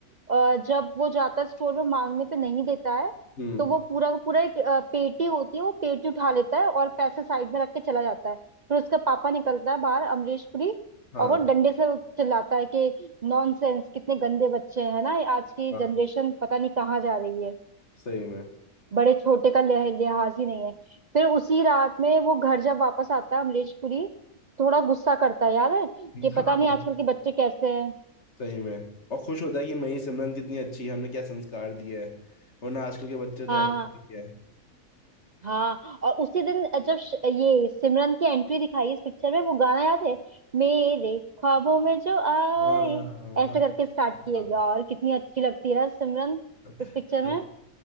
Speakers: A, on the right (about 85°); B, on the left (about 45°).
A: अ, जब वो जाता है स्टोर में मांगने पे नहीं देता है
B: हम्म
A: तो वो पूरा का पूरा एक अ, पेटी होती है वो पेटी उठा लेता है और पैसे साइड में रख के चला जाता है फिर उसका पापा निकलता है बाहर अमरीश पुरी
B: हाँ
A: और वो डंडे से चिल्लाता है कि नॉनसेंस कितने गंदे बच्चे हैं ना आज की
B: हाँ
A: जनरेशन पता नहीं कहाँ जा रही है
B: सही में
A: बड़े छोटे का लिह- लिहाज ही नहीं है फिर उसी रात में वो घर जब वापस आता है अमरीश पुरी थोड़ा गुस्सा करता है याद है कि
B: हाँ
A: पता नहीं
B: हाँ,
A: आजकल के बच्चे कैसे हैं
B: सही में और खुश होता है कि मई सिमरन कितनी अच्छी है हमने क्या संस्कार दिया है वरना आजकल के बच्चे तो
A: हाँ
B: ऐसे
A: हाँ
B: ही है
A: हाँ और उसी दिन जब श- ये सिमरन की एंट्री दिखाई इस पिक्चर में वो गाना याद है मेरे ख्वाबों में जो आए
B: हाँ हाँ हाँ
A: ऐसे करके स्टार्ट किया
B: हाँ
A: यार कितनी अच्छी लगती है ना सिमरन
B: सही-
A: इस पिक्चर में